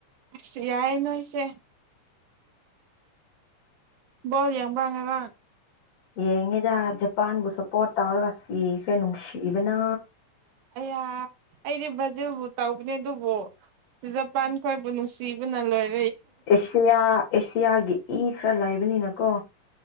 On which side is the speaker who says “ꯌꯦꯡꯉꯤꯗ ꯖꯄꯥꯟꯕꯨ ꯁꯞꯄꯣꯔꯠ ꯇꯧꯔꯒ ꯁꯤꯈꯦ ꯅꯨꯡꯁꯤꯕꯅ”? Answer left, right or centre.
Left